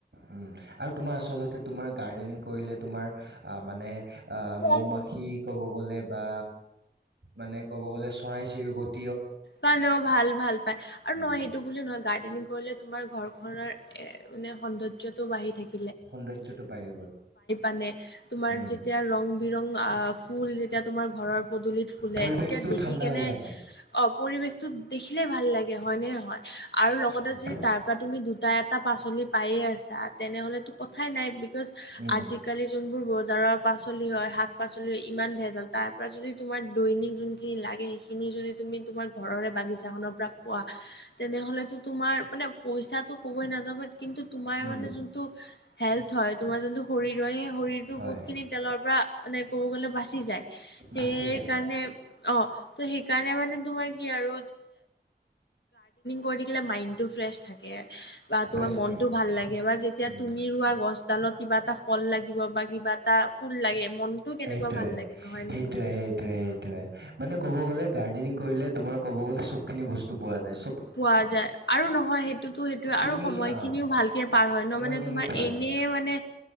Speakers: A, on the right; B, on the left.
A: উম আৰু তোমাৰ আচলতে তোমাৰ গাৰ্ডেনিং কৰিলে তোমাৰ আহ মানে আহ
B: মন
A: মৌ মাখি ক'ব গ'লে বা মানে ক'ব গ'লে চৰাই চিৰিকট
B: কাৰণেও ভাল ভাল পায় আৰু
A: উম,
B: নহয় এইটো বুলি নহয় গাৰ্ডেনিং কৰিলে তোমাৰ ঘৰখনৰ মানে সৌন্দৰ্যটো বাঢ়ি থাকে
A: সৌন্দৰ্যটো বাঢ়ি গ'ল।
B: আনে তোমাৰ
A: উম,
B: যেতিয়া ৰং বিৰং আহ ফুল যেতিয়া তোমাৰ ঘৰৰ পদূলিত ফুলে
A: পৰিৱেশটো
B: তেতিয়া দেখি
A: ঠাণ্ডা
B: কেনে
A: হৈ থাকে।
B: অ পৰিৱেশটো দেখিলেই ভাল লাগে হয়নেে নহয় আৰু লগতে
A: সেইটোৱে।
B: যদি তাৰ পৰা তুমি দুটা এটা পাচলি পায়ে আছা তেনেহ'লেতো কথাই নাই বিকজ
A: উম,
B: আজিকালি যোনবোৰ বজ জাৰৰ পাচলি হয় শাক পাচলি হয় ইমান ভেজাল তাৰ পৰা যদি তোমাৰ দৈনিক য লাগে সেইখিনি যদি তুমি তোমাৰ ঘৰৰে বাগিছাখনৰ পৰা কোৱা তেনেহলেতো তোমাৰ মানে পইচাটো কবই নাযাব কিন্তু তোমাৰ
A: উম,
B: মানে যোনটো হেল্থ হয় তোমাৰ যোনটো শৰীৰ হয় সেই শৰীৰটো
A: হয়,
B: বহুত খিনি তেলৰ পৰা মানে ক'ব গ'লে বাচি যায়
A: বাচি
B: সেইকাৰণে
A: যায়,
B: অ ত সেইকাৰণে মানে কি আৰু কৰি থে ম্ৰ থে বা
A: ফ্ৰেছ
B: তোমাৰ মনতটো
A: থাকে।
B: ভাল লাগে বা যেতিয়া
A: উম।
B: তুমি ৰোৱা গছডালত কিবা এটা ফল লাগিব বা কিবা এটা ফুল লাগে মনটো কেনেকুৱা
A: সেইটোোৱে
B: ভাল লাগে নহয়
A: সেইটোয়ে
B: নে?
A: সেইটোোৱে সেইটোোৱে মানে ক'ব গ'লে গাৰ্ডেনিং কৰিলে তুমাৰ ক'ব গ'লে চব খিনি বস্তু পোৱা যায়
B: পোৱা যায় আৰু নহয় সেইটোতো সেইটোয়ে
A: তুমি
B: আৰু সময়
A: আহ
B: খিনিও ভালকে পাৰ হয়
A: সময়খিনিও
B: ন মানে তোমাৰ
A: পোৱা
B: এ
A: যায়,
B: মানে